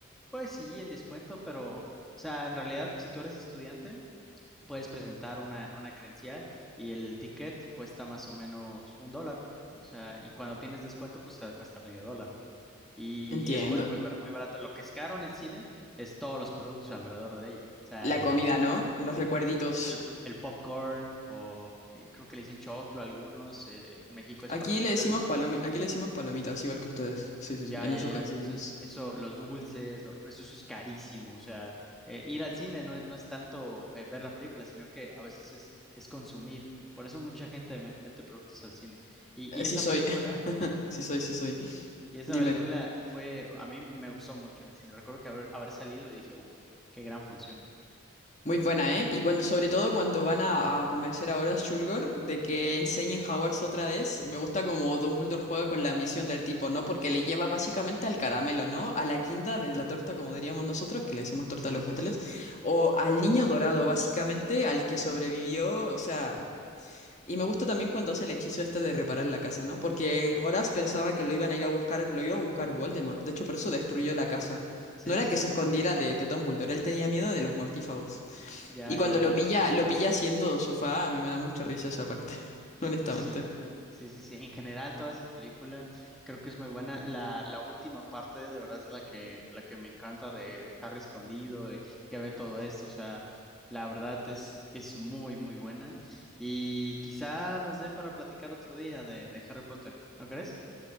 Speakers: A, in the centre; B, on the left (about 35°).
A: pues sí, en descuento, pero, o sea, en realidad, si tú eres estudiante, puedes presentar una, una credencial y el ticket cuesta más o menos un dólar. O sea, y cuando tienes descuento, pues te cuesta medio dólar. Y
B: Entiendo.
A: es muy, muy barato, muy barato. Lo que es caro en el cine es todos los productos alrededor de ello. O sea,
B: La
A: el,
B: comida, ¿no?
A: eh,
B: Los recuerditos.
A: eh, cre- el, el popcorn o eh, creo que le dicen choclo a algunos. eh, en México es
B: Aquí
A: palomitas.
B: le decimos palomi- aquí le decimos palomitas, igual que ustedes. Sí, sí,
A: Ya,
B: sí, en
A: ya,
B: eso
A: ya.
B: coincidimos.
A: Entonces, eso, los dulces, los refrescos, eso es carísimo. O sea, eh, ir al cine no, es- no es tanto eh, ver la película, sino que a veces es, es consumir. Por eso mucha gente me- mete productos al cine. Y,
B: Eh,
A: y
B: Sí
A: esa
B: soy.
A: película,
B: <laughs> Sí soy, sí soy.
A: y esa
B: Dime,
A: película fue, a mí me gustó mucho en el cine. Recuerdo que haber, haber salido y dije, uff, qué gran función.
B: Muy buena, ¿eh? Y cuando, sobre todo cuando van a, a convencer a Horace Shulgor de que enseñen Hogwarts otra vez, me gusta como Dumbledore juega con la ambición del tipo, ¿no? Porque le lleva básicamente al caramelo, ¿no? A la guinda de la torta, como diríamos nosotros, que le decimos torta
A: Sí,
B: a los
A: sí,
B: pasteles,
A: sí.
B: o al niño dorado, básicamente, al que sobrevivió, o sea... Y me gusta también cuando hace el hechizo este de reparar la casa, ¿no? Porque Horace pensaba que lo iban a ir a buscar, lo iba a buscar Voldemort, de hecho por eso destruyó la casa.
A: Sí,
B: No era
A: sí,
B: que
A: sí.
B: se escondiera de, de Dumbledore, él tenía miedo de los mortífagos.
A: Ya,
B: Y cuando
A: ya,
B: lo
A: ya.
B: pilla, lo pilla haciendo sofá, a mí me da mucha risa esa parte, <laughs>
A: <laughs>
B: honestamente.
A: Sí, sí, sí, sí. En general, toda esa película creo que es muy buena. La, la última parte, de verdad, es la que, la que me encanta de Harry escondido, eh, que ve todo esto. O sea, la verdad es, es muy, muy buena. Y quizá nos dé para platicar otro día de, de Harry Potter, ¿no crees?